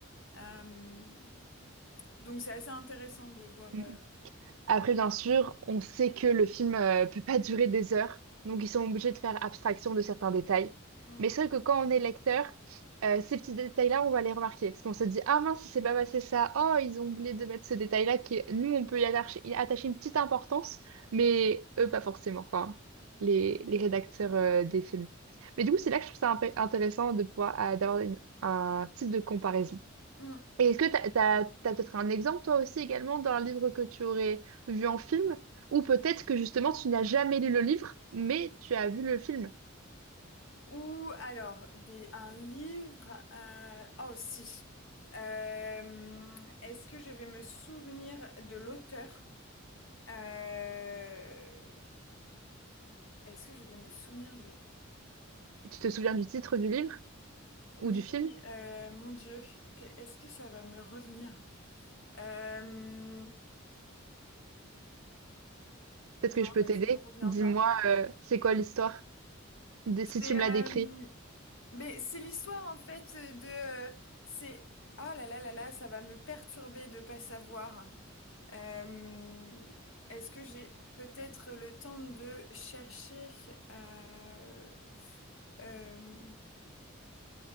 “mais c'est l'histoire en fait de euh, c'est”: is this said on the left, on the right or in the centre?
Left